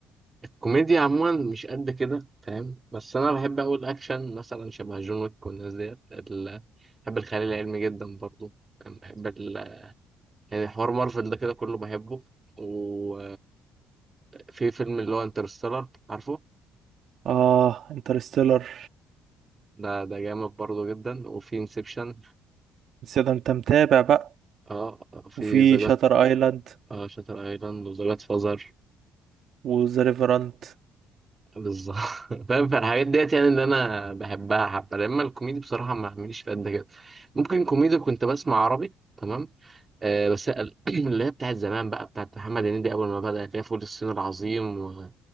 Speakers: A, on the right; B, on the right.
A: الكوميديا عموما مش قد كده فاهم بس أنا بحب أوي الأكشن مثلا شبه جون ويك والناس ديت ال- بحب الخيال العلمي جدا برضه بحب ال... يعني حوار مارفل ده كده كله بحبه و في فيلم اللي هو انترستيلر عارفه
B: اه انترستيلر
A: ده ده جامد برضه جدا وفي انسبشن
B: ده انت متابع بقى
A: اه في
B: وفي
A: ذا جاد
B: شاتر ايلاند
A: اه شاتر ايلاند وذا جاد فازر
B: وذا ريفرنت
A: بالظبط <laughs> فاهم فالحاجات ديت يعني اللي انا بحبها حبه لما الكوميدي بصراحه ما عمليش في قد كده ممكن كوميدي كنت بسمع عربي تمام آه بس ال- <clears throat> اللي هي بتاعت زمان بقى بتاعت محمد هنيدي اول ما بدأ اللي هي فول الصين العظيم و...